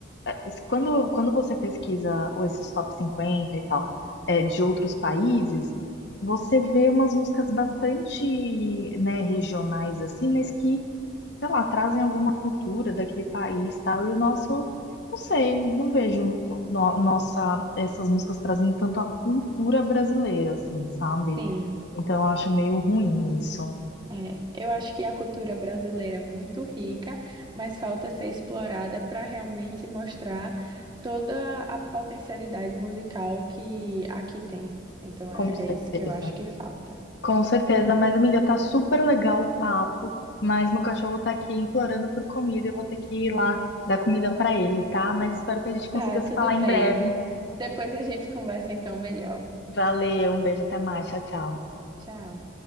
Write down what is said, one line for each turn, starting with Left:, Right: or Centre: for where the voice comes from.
Left: Assim, Quando, quando você pesquisa esses top 50 e tal, é, de outros países, você vê umas músicas bastante, né, regionais, assim, mas que, sei lá, trazem alguma cultura daquele país tal. E o nosso, não sei, não vejo no- nossa, essas músicas trazendo tanto a cultura brasileira, assim, sabe?
Right: Sim.
Left: Então eu acho meio ruim isso,
Right: É, eu acho que a cultura brasileira é muito rica, mas falta ser explorada para realmente mostrar toda a potencialidade musical que aqui tem. Então
Left: com
Right: é,
Left: certeza.
Right: é isso que eu acho que falta.
Left: Com certeza, mas amiga, tá super legal o papo, mas meu cachorro tá aqui implorando por comida, eu vou ter que ir lá dar comida pra ele, tá? Mas espero que a gente consiga
Right: Tá, tudo
Left: se falar em
Right: bem.
Left: breve.
Right: Depois a gente conversa então melhor.
Left: Valeu, um beijo, até mais, tchau, tchau.
Right: Tchau.